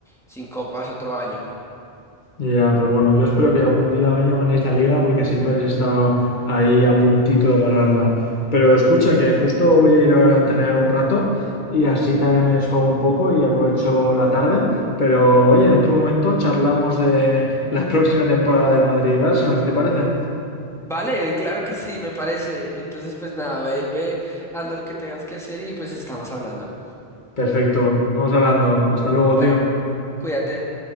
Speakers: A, in the centre; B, on the left.
A: sin copas otro año.
B: Ya, pero bueno, yo espero que algún día año ganéis la liga porque siempre habéis estado ahí a puntito de ganarla. Pero escucha que justo voy a ir ahora a entrenar un rato y así también me desfogo un poco y aprovecho la tarde. Pero oye, en otro momento charlamos de la <laughs> próxima temporada del Madrid y Arsenal, si te parece.
A: Vale, claro que sí, me parece. Entonces, pues nada, ve, ve, haz lo que tengas que hacer y pues estamos hablando.
B: Perfecto, vamos hablando. Hasta luego, tío.
A: Vale, cuídate.